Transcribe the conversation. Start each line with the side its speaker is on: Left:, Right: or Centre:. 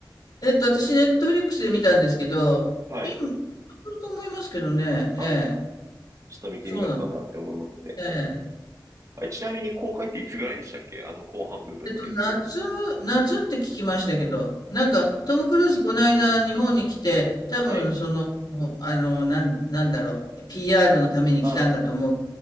Left: えっと、私、ネットフリックスで見たんですけど、
Right: はい。
Left: 今、いると思いますけどね、ええ、
Right: ああ、ちょっと見てみようかなって思いますね。
Left: そうなんです。ええ。
Right: あちなみに公開っていつぐらいでしたっけあの後半部分って。
Left: えっと、夏、夏って聞きましたけど、なんか、トム・クルーズ、この間、日本に来て、多分、
Right: はい。
Left: その、あの、なん、なんだろう、PR のために来たんだと思う。
Right: ああ、